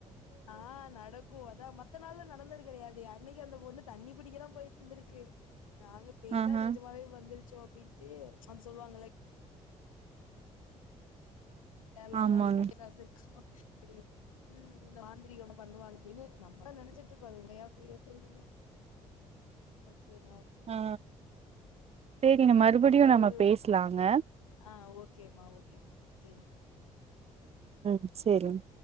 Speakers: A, on the left; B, on the right.
A: ஆஹ் நடக்கும் அதான் மத்த நாள்ல நடந்தது கிடையாது அன்னைக்கு அந்த பொண்ணு தண்ணி பிடிக்கதான் போயிட்டுருந்திருக்கு நாங்க பேய்தான்
B: ஆஹா
A: நிஜமாவே வந்துருச்சு <unintelligible> அப்படின்ட்டு அது சொல்லுவாங்கல கேரளல்லாம்
B: ஆமாங்க
A: பேய் பிசாசு இருக்குமா ச உம் இந்த மாந்திரீகமா பண்ணுவாங்க நம்ம நினைச்சிட்டு இருக்கோம் உண்மையா பொய்யா தெரியல சேரி
B: ஆ சேரிங்க மறுபடியு
A: வேற
B: நம்ம
A: எது
B: பேசலாங்க
A: ஆஹ் ஓகே ஓகேமா ஓகே சரிமா ம்
B: ம் செரிங்